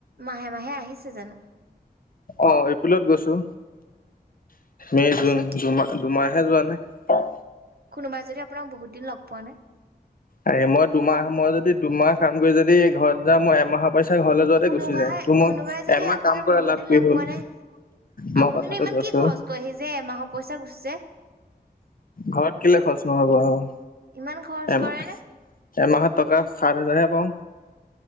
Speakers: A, on the right (about 70°); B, on the left (about 60°).
A: মাহে মাহে আহিছে জানো?
B: অ এপ্ৰিলত গৈছো
A: তাৰপিছত
B: মে, জুন দুমাহ দুমাহ। হে যোৱা নাই।
A: কোনোবাই যদি আপোনাক বহুতদিন লগ পোৱা নাই।
B: আৰে মই দুমাহ মই যদি দুমাহ কাম কৰি যদি ঘৰত যাম মই এমাহৰ পইচা ঘৰলে যোৱাতে
A: কোনোবাহে
B: গুচি যায়, তো মই
A: কোনোবাই যদি
B: এমাহ
A: আপোনাক
B: কাম কৰা
A: বহুত
B: লাভ
A: দিন
B: কি
A: লগ
B: হল?
A: পোৱা নাই
B: মই
A: আপুনিনো
B: কথাটো
A: ইমান
B: কৈছো
A: কি খৰচ কৰেহি যে এমাহৰ পইচা গুচি যায়।
B: ঘৰত কেলে খৰচ নহ'ব আৰু?
A: ইমান খৰচ
B: এমাহ
A: কৰে নে?
B: এমাহত টকা সাত হেজাৰহে পাওঁ।